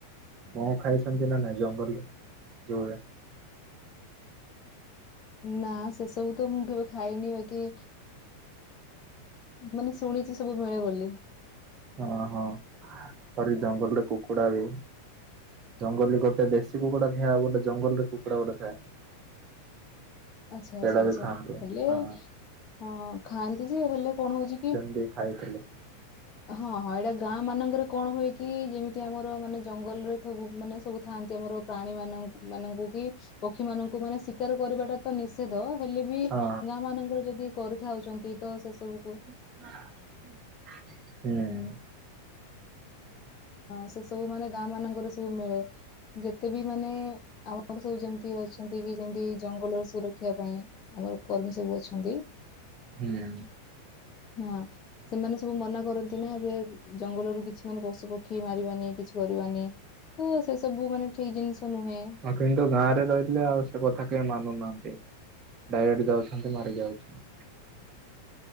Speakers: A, on the right; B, on the left.
A: ମ ଖାଇଛନ୍ତି ନା ନାଇଁ ଜଙ୍ଗଲରେ ଜୋଲରେ?
B: ନା ସେସବୁ ତ ମୁଁ କେବେ ଖାଇନି ବାକି ମାନେ ଶୁଣିଛି ସବୁ ମିଳେ ବୋଲି।
A: ହଁ ହଁ ଆରେ ଜଙ୍ଗଲରେ କୁକୁଡା ବି। ଜଙ୍ଗଲରେ ଗୋଟେ ଦେଶୀ କୁକୁଡା ଥାଏ ଆଉ ଗୋଟେ ଜଙ୍ଗଲରେ କୁକୁଡା ଗୋଟେ ଥାଏ। <unintelligible>
B: ଆଚ୍ଛା
A: ସେଇଟା
B: ଆଚ୍ଛା ଆଚ୍ଛା
A: ବି ଖାଆନ୍ତି
B: ହେଲେ
A: ହଁ
B: ହଁ ଖାଆନ୍ତି ଯେ ହେଲେ କଣ ହଉଛି କି
A: ଦେଇଖାଇଥିଲେ।
B: ହଁ ହଁ ଏଇଟା ଗାଁ ମାନଙ୍କରେ କଣ ହୁଏ କି ଯେମିତି ଆମର ମାନେ ଜଙ୍ଗଲରେ ସବୁ ମାନେ ସବୁ ଥାଆନ୍ତି ଆମର। ପ୍ରାଣୀ ମାନ ମାନଙ୍କୁ କି ପକ୍ଷୀ ମାନଙ୍କୁ ମାନେ ଶିକାର କରିବାଟା ତ ନିଷେଧ ହେଲେ ବି
A: ହଁ
B: ଗାଁ ମାନଙ୍କର ଯଦି କରିଥାଉଛନ୍ତି ତ ସେ ସବୁକୁ
A: ହୁଁ।
B: ସେ ସବୁ ମାନେ ଗାଁ ମାନଙ୍କର ସବୁ ମିଳେ ଯେତେ ବି ମାନେ ଆମର ସବୁ ଯେମିତି ଅଛନ୍ତି କି ଯେମତି ଜଙ୍ଗଲର ସୁରକ୍ଷା ପାଇଁ ଆମର କର୍ମୀ ସବୁ ଅଛନ୍ତି।
A: ହୁଁ।
B: ହଁ ସେମାନେ ସବୁ ମନା କରନ୍ତି ନା ଯେ ଜଙ୍ଗଲରୁ କିଛି ମାନେ ପଶୁ ପକ୍ଷୀ ମାରିବାନି କିଛି କରିବାନି। ତ ସେ ସବୁ ମାନେ ଠିକ ଜିନିଷ ନୁହେଁ।
A: ହଁ କିନ୍ତୁ ଗାଁ ରେ ରହିଥିଲେ ଆଉ ସେ କଥା କେହି ମାନୁନାହାନ୍ତି। ଡାଇରେକ୍ଟ ଯାଉଛନ୍ତି ମାରିକିଆଉଛନ୍ତି।